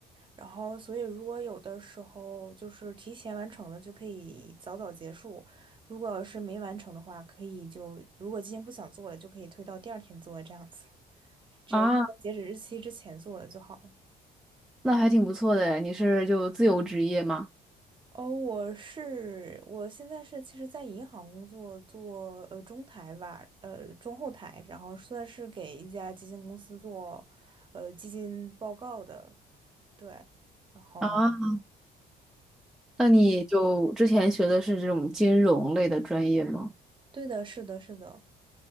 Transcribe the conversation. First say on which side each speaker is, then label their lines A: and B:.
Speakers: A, on the right; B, in the centre.
A: 然后所以如果有的时候就是提前完成的就可以早早结束，如果要是没完成的话，可以就如果今天不想做了，就可以推到第二天做这样子，只要是在截止日期之前做了就好了。
B: 啊，那还挺不错的诶，你是就自由职业吗？
A: 哦，我是我现在是其实，在银行工作，做呃中台吧，呃中后台，然后算是给一家基金公司做呃基金报告的，对，然后
B: 啊，那你就之前学的是这种金融类的专业吗？
A: 对的，是的，是的，